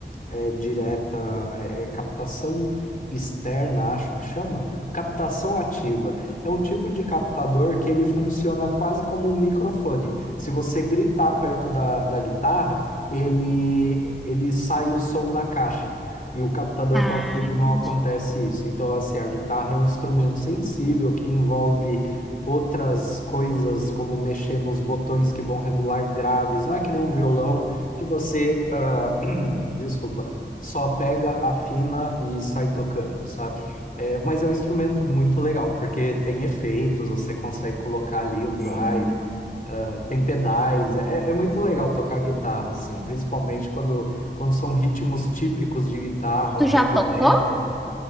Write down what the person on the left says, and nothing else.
é, direta, é, é captação externa, acho que chama, captação ativa. É um tipo de captador que ele funciona quase como um microfone. Se você gritar perto da, da guitarra, ele, ele sai o som na caixa. E o captador
passivo
não acontece isso. Então, assim, a guitarra é um instrumento sensível que envolve outras coisas, como mexer nos botões que vão regular graves. Não é que nem um violão que você, ah, <clears throat> desculpa, só pega, afina e sai tocando, sabe? É, mas é um instrumento muito legal, porque tem efeitos, você consegue colocar ali um drive,
ah, tem pedais, é, é é muito legal tocar guitarra, assim, principalmente quando, quando são ritmos típicos de guitarra,
um
heavy
metal.